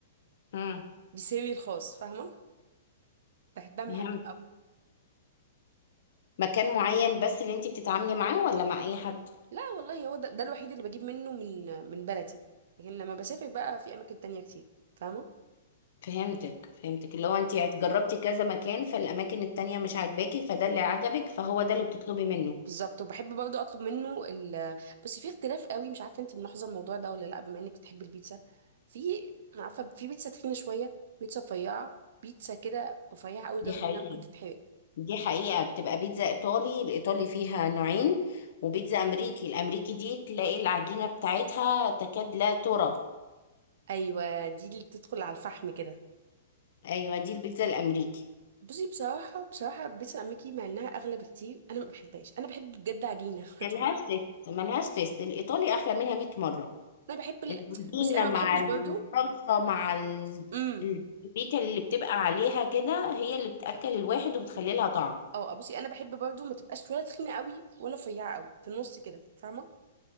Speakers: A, on the left (about 55°); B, on the right (about 55°).
A: امم
B: دي سيري الخاص فاهمه بحبها من
A: فهمت
B: عندهم قوي
A: مكان معين بس اللي انت بتتعاملي معاه ولا مع اي حد
B: لا والله هو ده, ده الوحيد اللي بجيب منه من من بلدي لكن لما بسافر بقى في اماكن تانية كتير فاهمه
A: فهمتك فهمتك اللي هو انت جربتي كذا مكان فالاماكن التانية مش عاجباكي فده اللي عجبك فهو ده اللي بتطلبي منه
B: بالظبط وبحب برضه اطلب منه ال بس في اختلاف قوي مش عارفه انت ملاحظه الموضوع ده ولا لا بما انك بتحبي البيتزا في انا عارفه في بيتزا تخينه شويه بيتزا رفيعه بيتزا كده رفيعه قوي لدرجه
A: دي حقيقة
B: انها ممكن تتحرق
A: دي حقيقة بتبقى بيتزا ايطالي الايطالي فيها نوعين وبيتزا امريكي الامريكي دي تلاقي العجينة بتاعتها تكاد لا ترى
B: ايوه دي اللي بتدخل على الفحم كده
A: ايوه دي البيتزا الامريكي
B: بصي بصراحه بصراحه بيتزا امريكي مع انها اغلى بكتير انا ما بحبهاش انا بحب بجد عجينه <laughs> هتفهم.
A: ملهاش تيست ملهاش تيست الايطالي احلى منها 100 مرة
B: انا بحب ال...
A: العجينة
B: بصي انا ما
A: مع
B: بحبش
A: الصلصة
B: برضه
A: مع ال-
B: امم
A: البيكة اللي بتبقى عليها كده هي اللي بتأكل الواحد وبتخلي لها طعم
B: اه آه، بصي انا بحب برضه ما تبقاش ولا تخينه قوي ولا رفيعه قوي في النص كده فاهمه